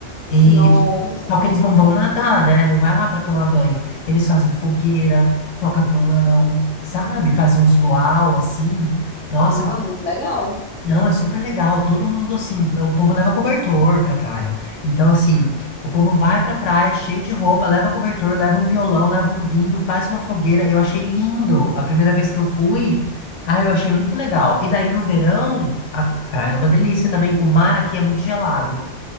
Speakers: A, on the left; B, on the left.
A: E
B: Nossa.
A: só que eles não vão nadar, né? Não vai lá para tomar banho. Eles fazem fogueira, toca violão, sabe? Faz uns luau assim. Nossa,
B: Ah, muito legal.
A: não, é super legal. Todo mundo assim, o povo leva cobertor pra praia. Então assim, o povo vai pra praia cheio de roupa, leva cobertor, leva um violão, leva um vinho, faz uma fogueira. Eu achei lindo. A primeira vez que eu fui, ah, eu achei muito legal. E daí no verão, a praia é uma delícia também. O mar aqui é muito gelado.